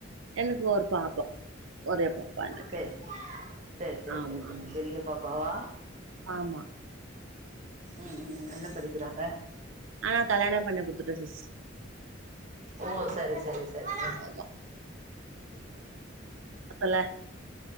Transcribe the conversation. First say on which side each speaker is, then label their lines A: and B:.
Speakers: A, on the right; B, on the right.
A: என்கு ஒரு பாப்பா ஒரே பாப்பா எனக்கு
B: சரி சரி சரி
A: ஆமா
B: சரி சரி
A: ஆமா
B: பெரிய பாப்பாவா
A: ஆமா
B: ம் ம் என்ன படிக்கிறாங்க
A: அ கல்யாண பண்ணி குடுத்துட்டே சிஸ்
B: ஓ சரி சரி சரி சரி
A: ஆமா ல